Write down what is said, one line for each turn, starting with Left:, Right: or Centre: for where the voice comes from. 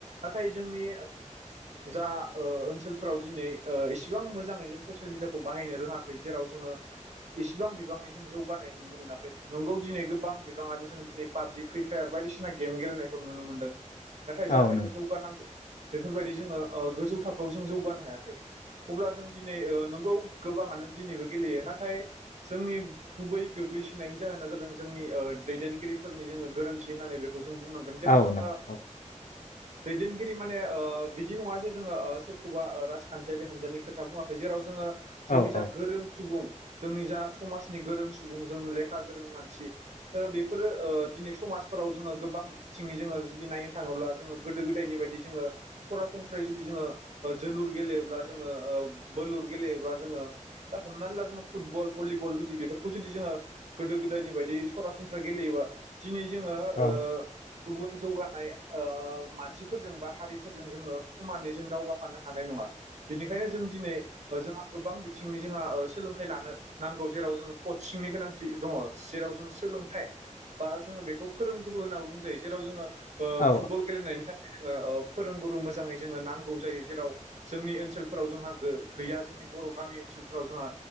Right: नाथाय जोंनि जा ओनसोलफ्राव बे ओ ऐसेबां मोजांयै जों ससियेल मिडियाखौ बाहायनो रोंङाखै जेराव जोंङो इसेबां बिबांनि जों जौगानाय नुनो मोनाखै नंगौ दिनै गोबां बिबाङानो जों दिनै पाबजि फ्रि फायार बायदिसिना गेम गेलेनायखौ नुनो मोनदों नाथाय जाबायदि
Left: औ नों
Right: जौगानांगौ बेफोरबायदि जोङो ओ गोजौ थाखोआव जों जौगानो हायाखै अब्ला जों दिनै नंगौ गोबाङानो दिनैबो गेलेयो नाथाय जोंनि गुबै गोग्लैसोनायनि जाहोना जादों जोंनि दैदेनगिरिफोरनि जोङो गोरोन्थि होननानै बे जों बुंनांगोन जेराव
Left: औ
Right: जोङो
Left: नों औ
Right: दैदेनगिरि माने ओह बिदि नङा जे जोङो ओह सोरखौबा ओह राजखान्थियारि हानजानि खोथा बुङाखै जे जेराव जोङो जोंनि
Left: औ
Right: जा
Left: औ
Right: गोरों सुबुं जोंनि जा समाज गोरों सुबुं जों लेखा गोरों मानसि ओह बेफोरो ओह दिनै समाजफोराव जोङो गोबां थिंयै जोङो जुदि नायनो थाङोब्ला जोङो गोदो गोदायनि बायदि जोङो सरासनस्रायै जुदि जोङो जोलुर गेलेयोब्ला जों ओ बोलुर गेलयोब्ला जोंङो दा हमना ला जोंङो फुथबल, बुलिबल बेफोरखौ जुदि जोङो गोदो गोदायनि बायदि सरासनस्रा गेलेयोबा दिनै जोङो
Left: औ
Right: ओ गुबुन जौगानाय ओ मानसिफोरजों बा हारिफोरजों जोङो समानै जों दावगाफानो हानाय नङा बेनिखायनो जों दिनै जोंहा गोबां बिथिंनि जोंहा ओ सोलोंथाइ लानो नांगौ जेराव जोङो कचिंनि गोनांथि दङ जेराव जों सोलोंथाइ बा जोङो बेखौ फोरोंगुरु होननानानै बुङो जायो जेराव जोङो
Left: औ
Right: फुटबल गेलेनायनि थाखाय ओ औ फोरोंगुरु मोजाङै जोङो नांगौ जायो जेराव जोंनि ओनसोलफोराव जोंहा गै गैया जोंनि बर' गामि ओनसोलफोराव जोंहा